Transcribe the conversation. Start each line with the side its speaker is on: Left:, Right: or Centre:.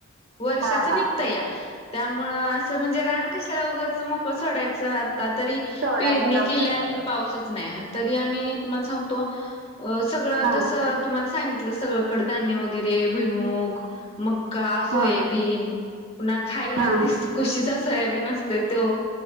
Left: वर्षाच
Right: हां
Left: निघत
Right: हां
Left: या त्यामुळं असं. म्हणजे रान कशाला उगच मोकं सोडाय. आ तरी
Right: सोडायचं
Left: पेरणी केल्या आणि पाऊसच नाही तरी आम्ही तुम्हाला सांगतो. अ सगळं
Right: हां
Left: तसं तुम्हाला सांगितलं सगळकडे धान्य वगैरे भुईमूग. मका सोयाबीन
Right: हां
Left: न <unintelligible> खायला
Right: हां
Left: ति खुशीचा सोयाबीन असते तो